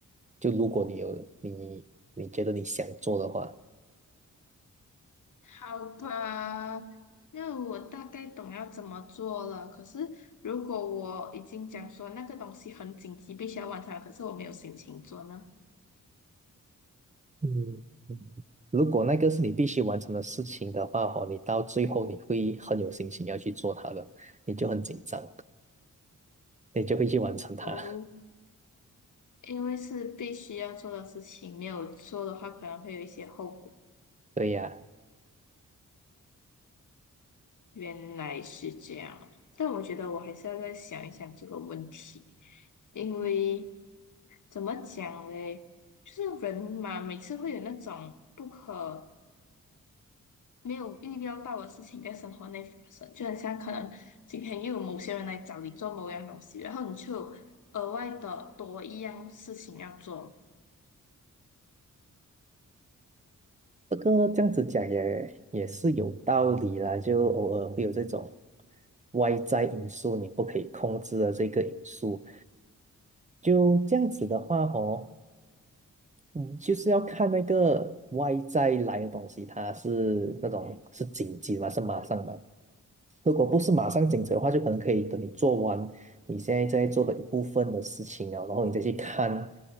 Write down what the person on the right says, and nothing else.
就如果你有你你觉得你想做的话，
嗯，如果那个是你必须完成的事情的话，哦，你到最后你会很有信心要去做它的，你就很紧张，你就会去完成它。
<laughs> 对呀。
这个这样子讲也也是有道理啦，就偶尔会有这种外在因素你不可以控制的这个因素。就这样子的话哦，嗯，就是要看那个外在来的东西，它是那种是紧急吗？是马上吗？如果不是马上紧急的话，就可能可以等你做完你现在在做的一部分的事情啊，然后你再去看